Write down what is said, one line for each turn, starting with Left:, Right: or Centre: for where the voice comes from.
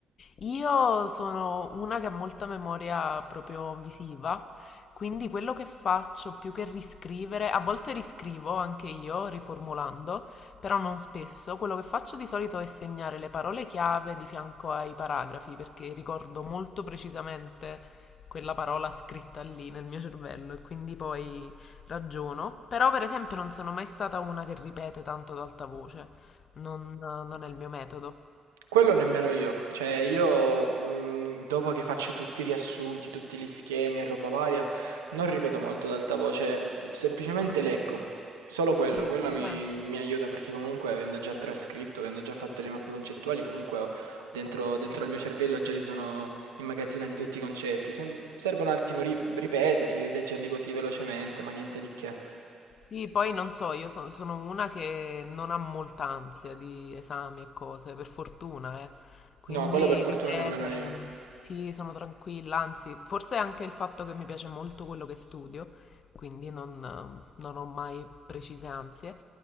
Left: Io sono una che ha molta memoria proprio visiva, quindi quello che faccio più che riscrivere, a volte riscrivo anche io riformulando, però non spesso, quello che faccio di solito è segnare le parole chiave di fianco ai paragrafi, perché ricordo molto precisamente quella parola scritta lì nel mio cervello e quindi poi ragiono. Però per esempio non sono mai stata una che ripete tanto ad alta voce, non non è il mio metodo.
Right: Quello nemmeno io. Cioè io, mhmm, dopo che faccio tutti i riassunti, tutti gli schemi e roba varia, non ripeto molto ad alta voce, uhm, semplicemente leggo. Solo quello,
Left: Sì,
Right: quello
Left: ha
Right: mi
Left: senso.
Right: mi aiuta perché comunque avendo già trascritto, avendo già fatto le mappe concettuali, comunque ho dentro dentro il mio cervello già si sono immagazzinati tutti i concetti. Sem serve un attimo ri ripeterli, rileggerli così velocemente, ma niente di che.
Left: Sì, poi non so, io so- sono una che non ha molta ansia di esami e cose, per fortuna, eh. Quindi
Right: No, quello per fortuna
Left: ripetere,
Right: nemmeno io.
Left: non- sì, sono tranquilla, anzi, forse è anche il fatto che mi piace molto quello che studio, quindi non, non ho mai precise ansie.